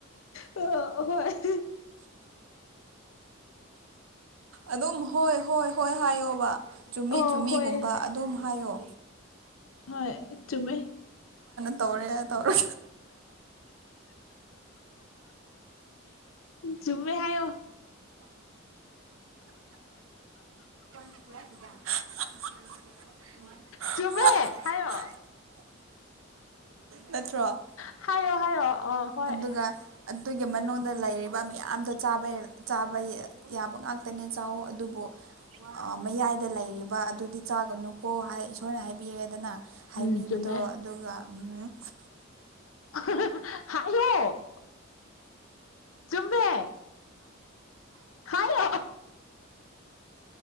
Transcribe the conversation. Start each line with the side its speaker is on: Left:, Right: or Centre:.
Left: ꯑ ꯍꯣꯏ
Right: ꯑꯗꯨꯝ ꯍꯣꯏ ꯍꯣꯏ ꯍꯣꯏ ꯍꯥꯏꯌꯣꯕ ꯆꯨꯝꯃꯤ
Left: ꯑꯣ
Right: ꯆꯨꯝꯃꯤꯒꯨꯝꯕ
Left: ꯍꯣꯏ
Right: ꯑꯗꯨꯝ ꯍꯥꯏꯑꯣ
Left: ꯍꯣꯏ ꯆꯨꯝꯃꯦ
Right: ꯇꯧꯔꯦ ꯇꯧꯔꯦ
Left: ꯆꯨꯝꯃꯦ ꯍꯥꯏꯌꯣ
Right: <unintelligible>
Left: ꯆꯨꯝꯃꯦ ꯍꯥꯏꯌꯣ
Right: ꯅꯠꯇ꯭ꯔꯣ
Left: ꯍꯥꯏꯌꯣ ꯍꯥꯏꯌꯣ ꯑ ꯍꯣꯏ
Right: ꯑꯗꯨꯒ ꯑꯗꯨꯒꯤ ꯃꯅꯨꯡꯗ ꯂꯩꯔꯤꯕ ꯃꯌꯥꯝꯗ ꯆꯥꯕ ꯌꯥꯕ ꯉꯥꯛꯇꯅꯦ ꯆꯥꯑꯣ ꯑꯗꯨꯕꯨ ꯃꯌꯥꯏꯗ ꯂꯩꯔꯤꯕ ꯑꯗꯨꯗꯤ ꯆꯥꯒꯅꯨꯀꯣ ꯍꯥꯏ ꯏꯁꯣꯔꯅ ꯍꯥꯏꯕꯤꯔꯦꯗꯅ ꯍꯥꯏꯕꯤꯕꯗꯣ
Left: ꯎꯝ ꯆꯨꯝꯃꯦ
Right: ꯑꯗꯨꯒ ꯎꯝ
Left: <unintelligible> ꯍꯥꯏꯌꯣ ꯆꯨꯝꯃꯦ ꯍꯥꯏꯌꯣ